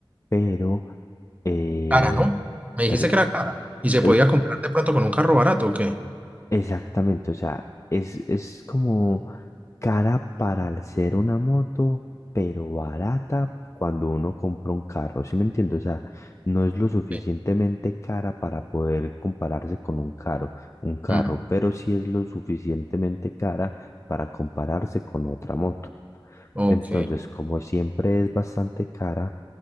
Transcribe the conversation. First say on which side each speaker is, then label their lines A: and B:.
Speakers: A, on the left; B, on the right.
A: pero... eh,
B: Cara, ¿no? Me
A: per-
B: dijiste que era cara. ¿Y se podía
A: eh,
B: comprar de pronto con un carro barato o qué?
A: Exactamente, o sea, es, es como cara para el ser una moto, pero barata cuando uno compra un carro, ¿sí me entiendo? O sea, no es lo suficientemente
B: Sí.
A: cara para poder compararse con un carro, un carro,
B: Ujú.
A: pero sí es lo suficientemente cara para compararse con otra moto.
B: Ok.
A: Entonces, como siempre es bastante cara,